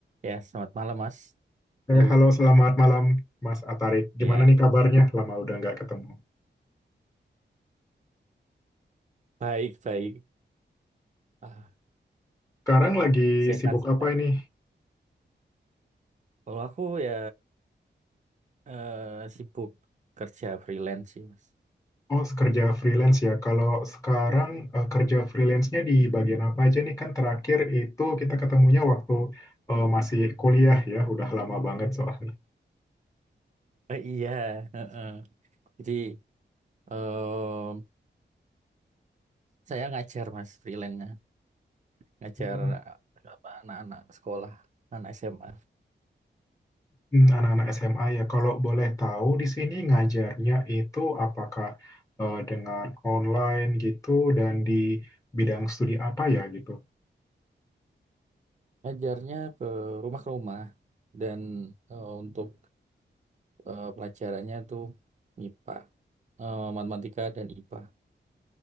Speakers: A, on the right (about 40°); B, on the left (about 15°).
A: Ya, selamat malam, Mas.
B: Eh,
A: Halo.
B: halo, selamat malam, Mas Atarik.
A: Ya,
B: Gimana nih kabarnya? Lama udah nggak ketemu.
A: baik, baik. Ah,
B: Sekarang lagi
A: sehat,
B: sibuk
A: sehat.
B: apa ini?
A: Kalau aku ya eh, sibuk kerja freelance sih, Mas.
B: Oh, kerja freelance ya. Kalau sekarang eh, kerja freelance-nya di bagian apa aja nih? Kan terakhir itu kita ketemunya waktu eh, masih kuliah ya. Udah lama banget soalnya.
A: Eh, iya, heeh. Jadi em, saya ngajar, Mas, freelance-nya. Ngajar
B: Hmm,
A: eh, apa, anak-anak sekolah, anak SMA.
B: hmm, Anak-anak SMA ya. Kalau boleh tahu di sini ngajarnya itu apakah eh, dengan online gitu dan di bidang studi apa ya gitu?
A: Ngajarnya ke rumah ke rumah dan eh, untuk eh, pelajarannya tuh MIPA, eh, matematika dan IPA.